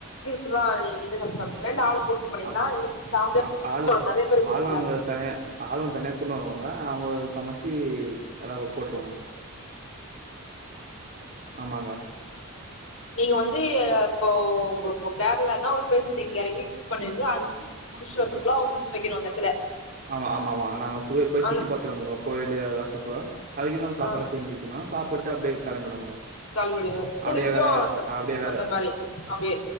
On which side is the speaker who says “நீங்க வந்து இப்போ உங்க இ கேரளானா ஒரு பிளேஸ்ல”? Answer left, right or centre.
Left